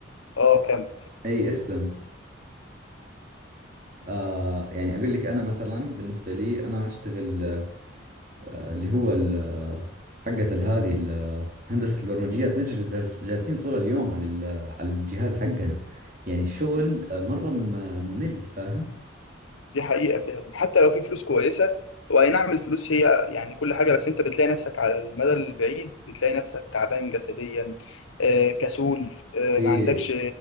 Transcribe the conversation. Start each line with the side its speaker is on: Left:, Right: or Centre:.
Left: آه كمل
Right: اي اسلم آه يعني اقول لك انا مثلا بالنسبة لي انا اشتغل اللي هو ال- حقت ال- هذه ال- هندسة البرمجيات نجلس دال- جالسين طول اليوم على ال- على الجهاز حقنا يعني الشغل مرة م- ممل فاهم؟
Left: دي حقيقة فعلا حتى لو في فلوس كويسة هو أي نعم الفلوس هي يعني كل حاجة بس أنت بتلاقي نفسك على المدى البعيد بتلاقي نفسك تعبان جسديا آه، كسول آه،
Right: ايه
Left: ما عندكش